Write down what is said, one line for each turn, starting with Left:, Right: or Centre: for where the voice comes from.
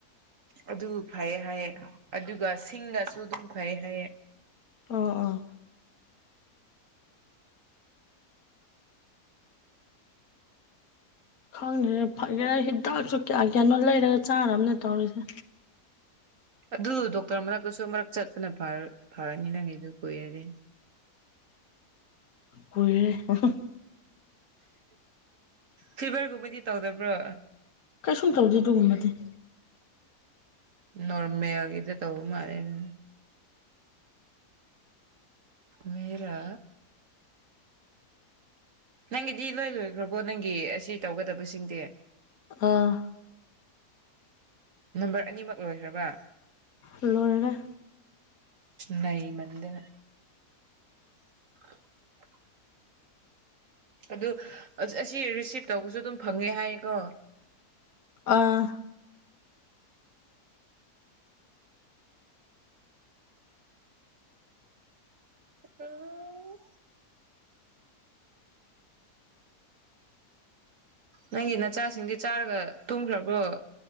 Right: ꯑꯗꯨ ꯐꯩꯌꯦ ꯍꯥꯏꯌꯦ ꯑꯗꯨꯒ ꯁꯤꯡꯅꯥꯁꯨ ꯑꯗꯨꯝ ꯐꯩꯌꯦ ꯍꯥꯏꯌꯦ꯫
Left: ꯑꯥ ꯑꯥ꯫ ꯈꯪꯗꯔꯦ ꯐꯒꯦꯔꯥ ꯍꯤꯗꯥꯛꯁꯨ ꯀꯌꯥ ꯀꯌꯥꯅꯣ ꯂꯩꯔꯒ ꯆꯥꯔꯕꯅꯦ ꯇꯧꯔꯤꯁꯦ꯫
Right: ꯑꯗꯨ ꯗꯣꯛꯇꯔ ꯃꯅꯥꯛꯇꯁꯨ ꯑꯃꯥꯔꯛ ꯆꯠꯄꯅ ꯐꯔꯥ_ꯐꯅꯤ ꯅꯪꯒꯤꯗꯣ ꯀꯨꯏꯔꯗꯤ꯫
Left: ꯀꯨꯏꯔꯦ ꯍꯍꯥ꯫
Right: ꯐꯤꯚꯔ ꯒꯨꯝꯕꯗꯤ ꯇꯧꯗꯕ꯭ꯔꯣ꯫
Left: ꯀꯩꯁꯨꯝ ꯇꯧꯗꯦ ꯗꯨꯒꯨꯝꯕꯗꯤ꯫
Right: ꯅꯣꯔꯃꯦꯜꯒꯤꯗ ꯇꯧꯕ ꯃꯥꯜꯂꯦ ꯑꯗꯨ__꯫ ꯃꯦꯔꯥ꯫ ꯅꯪꯒꯤꯗꯤ ꯂꯣꯏ ꯂꯣꯏꯒꯔꯥꯕꯣ ꯅꯪꯒꯤ ꯑꯁꯤ ꯇꯧꯒꯗꯕꯁꯤꯡꯗꯤ꯫
Left: ꯑꯥ꯫
Right: ꯅꯝꯕꯔ ꯑꯅꯤꯃꯛ ꯂꯣꯏꯈ꯭ꯔꯕ꯫
Left: ꯂꯣꯏꯔꯔꯦ
Right: ꯅꯃꯗꯅ ꯎ ꯑꯗꯨ ꯑꯁꯤ ꯔꯤꯁꯤꯞ ꯇꯧꯕꯁꯨ ꯑꯗꯨꯝ ꯐꯪꯉꯦ ꯍꯥꯏꯌꯦꯀꯣ
Left: ꯑꯥ
Right: ꯎ ꯅꯪꯒꯤ ꯅꯆꯥꯁꯤꯡꯗꯤ ꯆꯥꯔꯒ ꯇꯨꯝꯒꯔꯕꯣ꯫